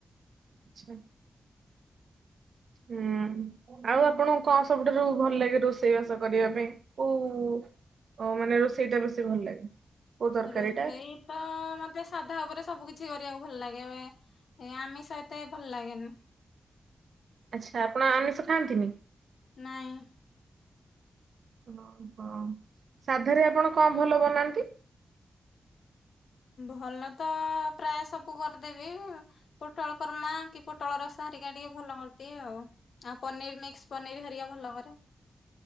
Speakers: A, on the right (about 70°); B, on the left (about 75°).
A: ଆଛା। ହୁଁ। ଆଉ ଆପଣଙ୍କୁ କଣ ସବୁଠାରୁ ଭଲ ଲାଗେ ରୋଷେଇ ବାସ କରିବା ପାଇଁ କୋଉ ଓ ମାନେ ରୋଷେଇ ଟା ବେଶୀ ଭଲ ଲାଗେ। କୋଉ ତରକାରୀ
B: ରୋଷେଇ
A: ଟା
B: ତ ମତେ ସାଧା ଉପରେ ସବୁ କିିଛି କରିବାକୁ ଭଲ ଲାଗେ ଏ ଆମିସ ଏତେ ଭଲ ଲାଗେନି।
A: ଆଚ୍ଛା ଆପଣ ଆମିଷ ଖାଆନ୍ତିନି।
B: ନାଇଁ।
A: ହଁ ହଁ ସାଧାରେ ଆପଣ କଣ ଭଲ ବନାନ୍ତି?
B: ଭଲ ତ ପ୍ରାୟ ସବୁ କରିଦେବି ପୋଟଳକୁରମା କି ପୋଟଳ ରସ ହରିକା ଟିକେ ଭଲ କରିଦିଏ ଆଉ ଆଉ ପନିର ମିକ୍ସ ପନିର ହରିକା ଭଲ କରେ।